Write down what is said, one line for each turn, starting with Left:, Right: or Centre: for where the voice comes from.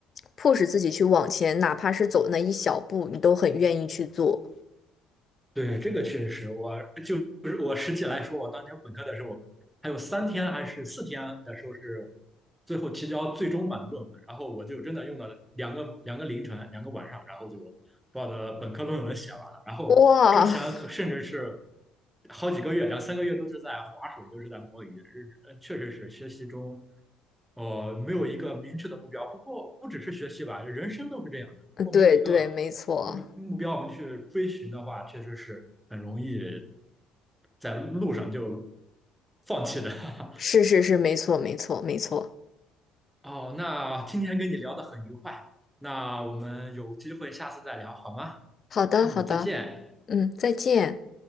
Left: 迫使自己去往前，哪怕是走那一小步，你都很愿意去做。
Centre: 对，这个确实是我，就是我实际来说，我当年本科的时候，还有三天还是四天的时候是最后提交最终版的论文，然后我就真的用了两个两个凌晨，两个晚上，然后就把我的本科论文写完了。然后之前可甚至是
Left: 哇！<laughs>
Centre: 好几个月，两三个月都是在划水，都是在摸鱼，是呃确实是学习中。呃，没有一个明确的目标。不过不只是学习吧，人生都是这样的。
Left: 嗯，
Centre: 如果没有一个
Left: 对对，没错，
Centre: 明目标我们去追寻的话，确实是很容易在路上就放弃的。<laughs>
Left: 是是是，没错没错没错。
Centre: 哦，那今天跟你聊得很愉快，那我们有机会下次再聊好吗？
Left: 好的好的，
Centre: 嗯，再见。
Left: 嗯，再见。